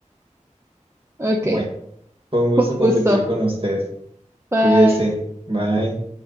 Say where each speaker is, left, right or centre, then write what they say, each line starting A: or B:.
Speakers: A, on the right; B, on the right.
A: ok,
B: Bueno, fue un gusto
A: un
B: competir
A: gusto.
B: con usted.
A: Bye.
B: Cuídese. Bye.